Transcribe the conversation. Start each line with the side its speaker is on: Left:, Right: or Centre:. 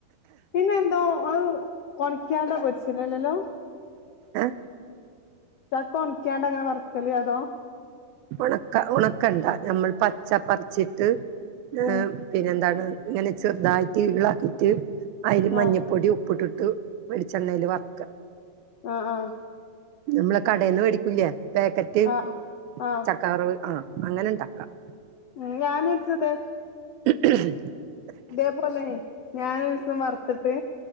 Left: പിന്നെ എന്തോ അത് കൊണിക്കാണ്ടാ പരിച്ചില്ലല്ലല്ലോ
Right: ഏ
Left: കൊണിക്കാണ്ട് അങ്ങനെ മറക്കലേ അതോ
Right: ഉണക്ക ഉണക്കണ്ടാ നമ്മൾ പച്ചപ്പറിച്ചിട്ട് ഏ
Left: ഉം
Right: പിന്നെന്താണ് ഇങ്ങനെ ചെറുതായിട്ട് ഇളാക്കിട്ട് അതില് മഞ്ഞപ്പൊടി
Left: ആഹ്
Right: ഉപ്പിട്ട്ട്ട വെളിച്ചെണ്ണൽ വർക്ക്
Left: ആ ആ
Right: നമ്മള് കടയിൽന്ന് മേടിക്കൂല പാക്കറ്റ്
Left: ആഹ് ആഹ്
Right: ചക്കാവ റവ് ആ അങ്ങനെ ഉണ്ടാക്കാം
Left: ഉം ഞാൻ ഇത്തത്
Right: മ് മ്
Left: ഇതേപോലെ ഞാന ദിവസം വറുത്തിട്ട്